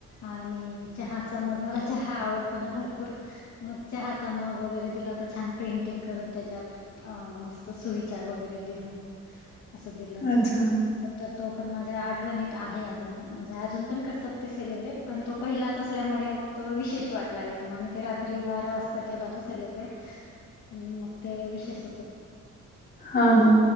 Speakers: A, on the left (about 65°); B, on the left (about 35°).
A: आणि चहाचा मग मला चहा आवडतो ना भरपूर. मग चहाचा मग वगैरे दिला होता छान प्रेंटिंग करून त्याच्यात. अ मस्त सुविचार वगैरे लिहून असं दिलं होतं.
B: अच्छा
A: तर तो पण माझ्या आठवणीत आहे अजून पण म्हणजे अजून पण करतात ते सेलिब्रेट. पण तो पहिलाच असल्यामुळे मग तो विशेष वाटला एकदम आणि ते रात्री बारा वाजता केला ना सेलिब्रेट.
B: <unintelligible>
A: हम्म मग ते विशेषच
B: हा हा